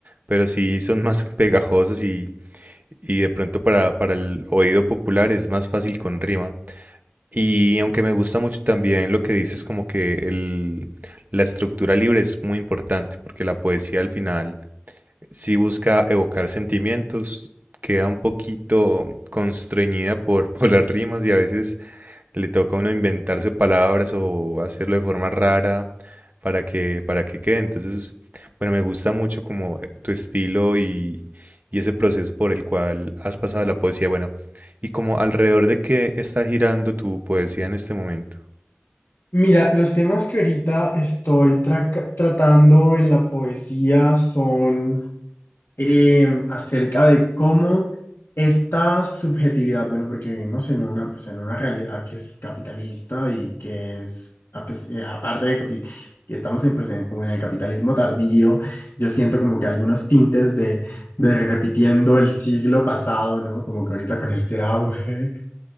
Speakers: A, on the right; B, on the left.
A: pero sí son <laughs> más pegajosas Y de pronto para, para el oído popular es más fácil con rima. Y aunque me gusta mucho también lo que dices, como que el, la estructura libre es muy importante, porque la poesía al final sí busca evocar sentimientos, queda un poquito constreñida por, <laughs> por las rimas y a veces le toca a uno inventarse palabras o hacerlo de forma rara para que, para que quede. Entonces, bueno, me gusta mucho como eh, tu estilo y, y ese proceso por el cual has pasado la poesía. Bueno, y como alrededor de qué está girando tu poesía en este momento.
B: Mira, los temas que ahorita estoy tra- tratando en la poesía son em, acerca de cómo esta subjetividad, bueno, porque vivimos en una, pues en una realidad que es capitalista y que es, a pes- eh, aparte de capi- que estamos en, pues, en- como en el capitalismo tardío, yo siento como que algunos tintes de, de repitiendo el siglo pasado, ¿no? Como que ahorita con este auge